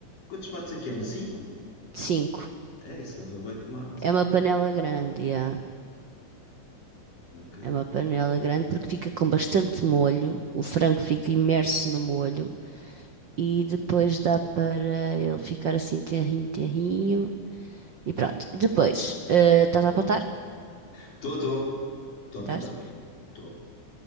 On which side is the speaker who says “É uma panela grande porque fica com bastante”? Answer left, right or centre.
Right